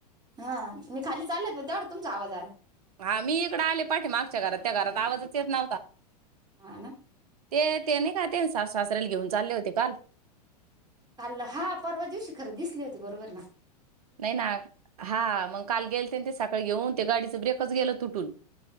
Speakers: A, on the right; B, on the right.
A: हा मी खाली चालले मग तेवढ्यात तुमचा आवाज आला.
B: हा मी इकडे आले पाठीे मागच्या घरात त्या घरात आवाजच येत नव्हता.
A: हा ना!
B: ते, ते नाही का, ते सासू सासरेला घेऊन चालले होते काल
A: काल, हा परवा दिवशी खरं दिसली होती बरोबर ना
B: नाही ना, हा मग काल गेलते ते सकाळी घेऊन ते गाडीच ब्रेकच गेलं तुटून.